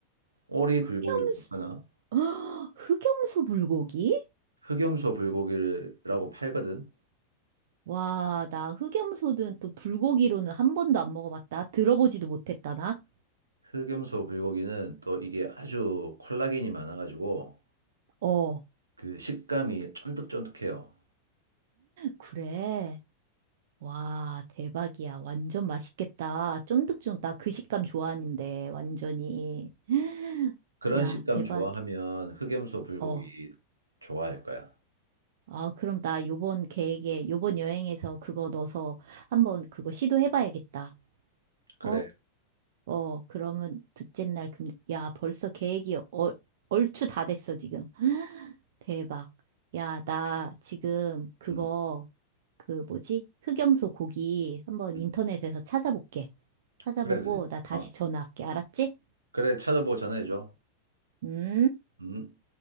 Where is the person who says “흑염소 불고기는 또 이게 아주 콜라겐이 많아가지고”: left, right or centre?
Right